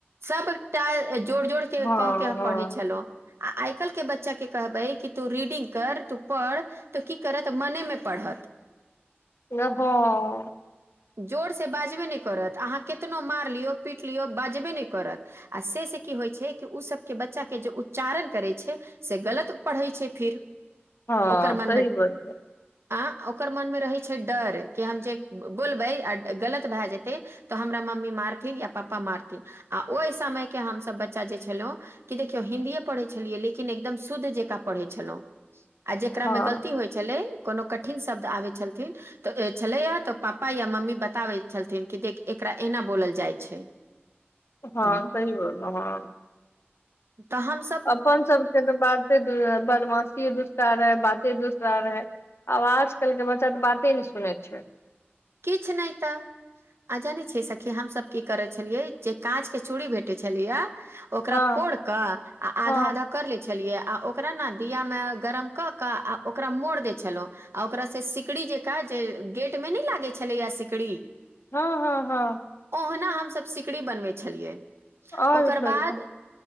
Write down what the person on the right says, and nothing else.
सबटा जोर जोर के
क के
पढ़ै छलहु आ आइ काल्हिके बच्चाके कहबै कि तू रीडिंग कर तू पढ़ तऽ की करत मनेमे पढ़त
जोरसँ बाजबे नहि करत अहाँ केतनो मारि लियौ पीट लियौ बाजबे नहि करत आ से से की होइत छै कि ओ सभके बच्चाके जे उच्चारण करै छै से गलत पढ़ै छै फिर
ओकर
मनमे
आं ओकर मन मे रहय छै डर कि हम जे बोलबै अं गलत भए जेतै तऽ हमरा मम्मी मारथिन या पप्पा मारथिन आ ओहि समयके हमसभ बच्चा जे छलहुँ कि देखियौ हिन्दीए पढ़य छलियै लेकिन एकदम शुद्ध जकाँ पढ़य छलहुँ आ जेकरा
मे गलती होइत छलै कोनो कठिन शब्द आबय छलथिन्ह तऽ छलैया तऽ पापा या मम्मी बताबैत छलथिन कि देख एकरा एना बोलल जाइ छै
हम्म,
तहन
किछ नइ तऽ आ जानै छियै सखी हमसभ की करै छलियै जे काँच के चूड़ी भेटै छलियये ओकरा
फोड़ क आ आधा
आधा कर लै छलियै आ ओकरा न दीया में गरम कऽ कऽ आ ओकरा मोड़ दै छलहुँ आ ओकरासँ सिकड़ी जेकाँ जे गेटमे नहि लागै छलैए सिकड़ी
ओहना हमसभ सिकरी बनबय छलियै
ओकर
बाद